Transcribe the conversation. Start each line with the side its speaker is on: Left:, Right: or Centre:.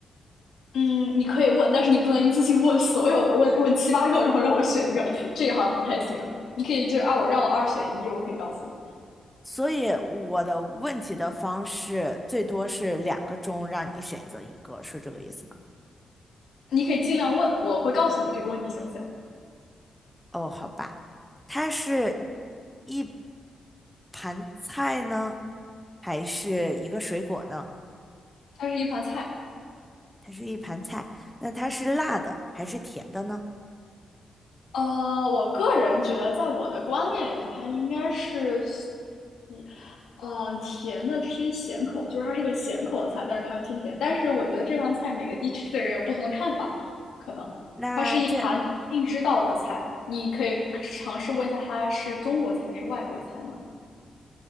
Left: 嗯，你可以问，但是你不能一次性问所有的，问问七八个，然后让我选一个，这个好像不太行。你可以就是二我让我二选一，我可以告诉你，
Centre: 所以我的问题的方式最多是两个中让你选择一个，是这个意思吗？
Left: 你可以尽量问，我会告诉你这个问题行不行？
Centre: 哦，好吧。它是一盘菜呢，还是一个水果呢？
Left: 它是一盘菜。
Centre: 它是一盘菜，那它是辣的还是甜的呢？
Left: 呃，我个人觉得，在我的观念里面，它应该是一，嗯、甜的偏咸口，就是它是个咸口的菜，但是它偏甜。但是我觉得这盘菜每个地区的人有不同的看法，可能它是一盘你一定知道的菜，
Centre: 那这
Left: 你可以尝试问一下它是中国菜还是外国菜吗？